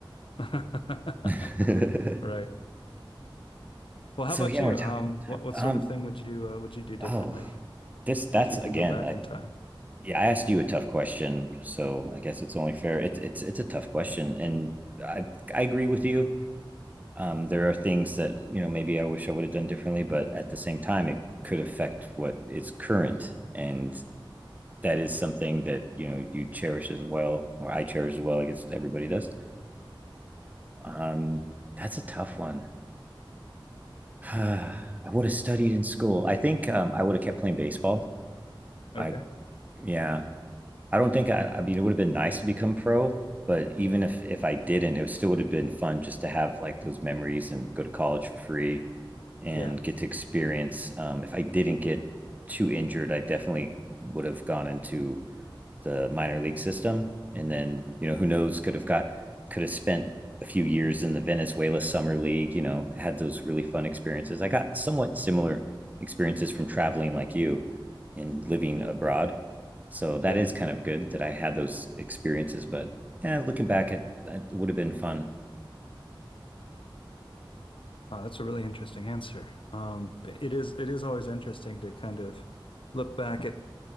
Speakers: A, on the left; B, on the right.
A: yeah.
B: <laughs>
A: <laughs> Right. Well,
B: so
A: how about
B: yeah,
A: you?
B: we're talking
A: Um,
B: about
A: what
B: time.
A: what
B: Um,
A: sort of thing would you uh, would you do differently
B: Oh, this that's
A: if you
B: again.
A: could go back
B: I
A: in time?
B: yeah, I asked you a tough question, so I guess it's only fair. It's it's it's a tough question, and I I agree with you. Um, there are things that you know maybe I wish I would have done differently, but at the same time, it could affect what is current, and that is something that you know you cherish as well, or I cherish as well. I guess everybody does. Um, that's a tough one. <sighs> I would have studied in school. I think um, I would have kept playing baseball.
A: Okay.
B: I yeah, I don't think I, I mean, it would have been nice to become pro, but even if if I didn't, it still would have been fun just to have like those memories and go to college for free and
A: Yeah,
B: get to experience. Um, if I didn't get too injured, I definitely would have gone into the minor league system, and then you know who knows could have got could have spent a few years in the Venezuela summer league. You know, had those really fun experiences. I got somewhat similar experiences from traveling like you and living abroad so that
A: yeah.
B: is kind of good that I had those experiences. But yeah, looking back, it, it would have been fun.
A: Wow, that's a really interesting answer. Um, it is it is always interesting to kind of look back at